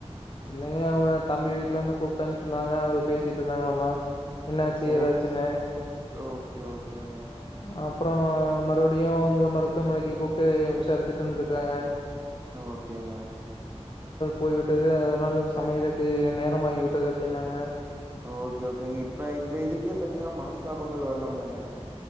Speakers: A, on the left; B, on the right.
A: இல்லைங் எ அவுங்க தம்பி வீட்டு்லஇந்து கூப்டன் சொன்னாங்க அவுங்க பேசிட்டு இருந்தாங்ளாமா என்னாச்சு
B: ஓக்
A: ஏதாச்சுன்னு
B: ஓகே, ஓகேங்க.
A: அ அப்றோம் மறுபடியும் அங்க மருத்துவமனைக்கு கூப்டு விசாரிச்சுட்ருந்திருக்காங்க
B: ஓகேங்க
A: போய்விட்டது அதனால சமையலுக்கு நேரம் ஆகி விட்டது அப்டின்னாங்க
B: ஓகே ஓகேங்க இப்ப இந்த இதுக்கே பாத்தீங்னா மனஸ்தாபங்கள் வரலாம் ஆ